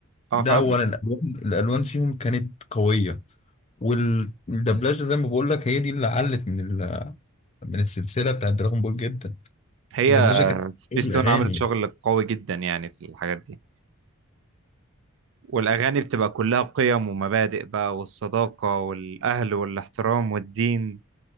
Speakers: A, on the right (about 60°); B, on the left (about 30°).
A: اه
B: ده
A: فاهم
B: أولا الألوان الألوان فيهم كانت قوية والدبلجة زي ما بقول لك هي دي اللي علت من ال من السلسلة بتاعت دراغون بول جدا
A: هي
B: الدبلجة كانت
A: سبيستون
B: إيه الأغاني
A: عملت شغل قوي جدا يعني في الحاجات دي والأغاني بتبقى كلها قيم ومبادئ بقى والصداقة والأهل والاحترام والدين